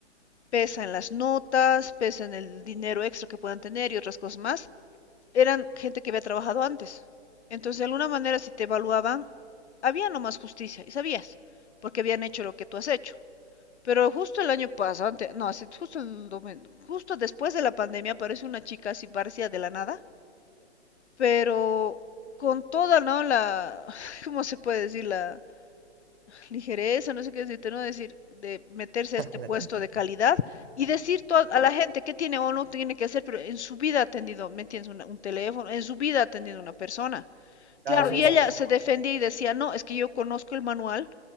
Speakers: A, on the left; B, on the right.
A: pesa en las notas, pesa en el dinero extra que puedan tener y otras cosas más eran gente que había trabajado antes. Entonces, de alguna manera, si te evaluaban, había nomás justicia, y sabías, porque habían hecho lo que tú has hecho. Pero justo el año pasado, ante- no, justo, el domen- justo después de la pandemia, aparece una chica así parecía de la nada, pero con toda, ¿no? La, <laughs> ¿cómo se puede decir? La, ligereza, no sé qué decirte, no decir, de meterse a
B: <laughs>
A: este
B: la
A: puesto
B: típica.
A: de calidad y decir to- a la gente qué tiene o no tiene que hacer, pero en su vida ha atendido, ¿me entiendes? Una- un teléfono, en su vida ha atendido una persona.
B: Claro,
A: Claro,
B: eso
A: y
B: ya es
A: ella
B: el co.
A: se defendía y decía, no, es que yo conozco el manual